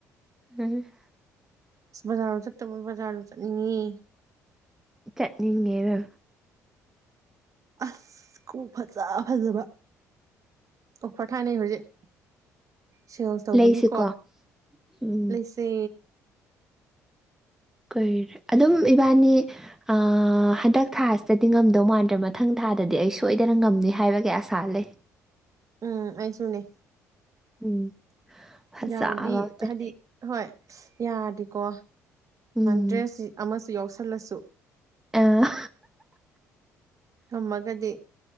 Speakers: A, in the centre; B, on the right.
A: ꯎꯝ
B: ꯕꯖꯥꯔꯗ ꯆꯠꯇꯕ ꯕꯖꯥꯔꯗ ꯆꯠꯅꯤꯡꯉꯤ
A: ꯀꯠꯅꯤꯡꯉꯦꯔꯥ
B: ꯑꯁ ꯈꯨꯎꯞ ꯐꯖ ꯐꯖꯕ ꯑꯣꯐꯔ ꯊꯥꯏꯅꯩ ꯍꯨꯖꯤꯛ ꯁꯦꯜꯁ ꯇꯧꯕꯒꯤꯀꯣ
A: ꯂꯩꯁꯤꯀꯣ ꯎꯝ
B: ꯂꯩꯁꯦ
A: ꯀꯨꯏꯔꯦ ꯑꯗꯨꯝ ꯏꯕꯥꯅꯤ ꯑꯥ ꯍꯟꯇꯛ ꯊꯥꯁꯤꯗꯗꯤ ꯉꯝꯗꯧ ꯃꯥꯟꯗ꯭ꯔꯦ ꯃꯊꯪ ꯊꯥꯗꯗꯤ ꯑꯩ ꯁꯣꯏꯗꯅ ꯉꯝꯅꯤ ꯍꯥꯏꯕꯒꯤ ꯑꯥꯁꯥ ꯂꯩ
B: ꯎꯝ ꯑꯩꯁꯨꯅꯦ
A: ꯎꯝ ꯐꯖꯕ
B: ꯌꯥꯔꯗꯤ
A: <unintelligible>
B: ꯍꯥꯏꯗꯤ ꯍꯣꯏ ꯌꯥꯔꯗꯤꯀꯣ
A: ꯎꯝ
B: ꯗ꯭ꯔꯦꯁꯁꯤ ꯑꯃꯁꯨ ꯌꯥꯎꯁꯜꯂꯁꯨ
A: ꯑꯥ
B: ꯀꯝꯃꯒꯥꯗꯤ